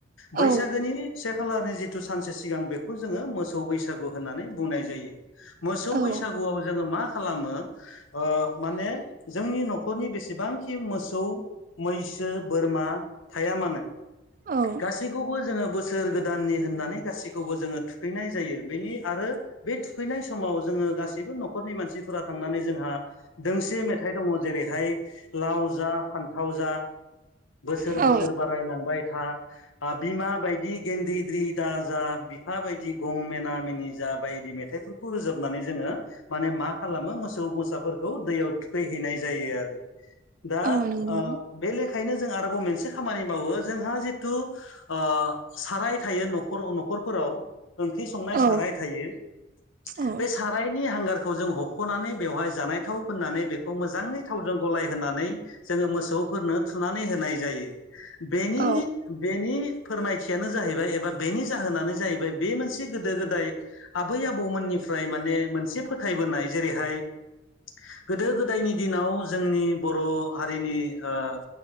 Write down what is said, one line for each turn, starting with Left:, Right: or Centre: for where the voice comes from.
Right: औ
Left: बैसागोनि से खालारनि जि थु सानसे सिगां बेखौ जोङो मोसौ बैसागु होननानै बुंनाय जायो। मोसौ
Right: औ
Left: बैसागुआव जोङो मा खालामो ओ माने जोंनि न' खरनि बेसेबांखि मोसौ मैसो बोरमा थाया मानो
Right: औ
Left: गासैखौबो जोङो बोसोर गोदाननि होननानै गासैखौबो जोङो थुखैनाय जायो बेनि आरो बे थुखैनाय समाव जोङो गासैबो न'खर नि मानसिफोरा थांनानै जोंहा दोंसे मेथाइ दङ जेरैहाय लाव जा फान्थाव जा <unintelligible> बोसोर
Right: औ
Left: बोसोर बारायलांबाय था आ बिमा बायदि गेन्द्रिद्रि दाजा बिफा बायदि गं मेना मेनि जा बायदि मेथाइफोरखौ रोजाबनानै जोङो माने मा खालामो मोसौ मोसाफोरखौ दैयाव थुखैहैनाय जायो आरो। दा
Right: औ नंगौ
Left: ओ बे लेखायैनो जों आरोबाव मोनसे खामानि मावो जोंहा जिथु ओ साराय थायो न' खर न'खरफोराव ओंख्रि संनाय साराय
Right: औ
Left: थायो।
Right: औ
Left: बे सारायनि हांगार जों हख'नानै बेवहाय जानाय थाव फोननानै बेखौ मोजाङै थावजों गलाय होनानै जोङो मोसौ फोरनो थुनानै होनाय जायो । बेनि
Right: औ
Left: बेनि फोरमायथियानो जाहैबाय एबा बेनि जाहोनानो जाहैबाय बे मोनसे गोदो-गोदाय आबै आबौमोननिफ्राय माने मोनसे फोथाय बोनाय जेरैहाय। गोदो-गोदायनि दिनाव जोंनि बर' हारिनि ओ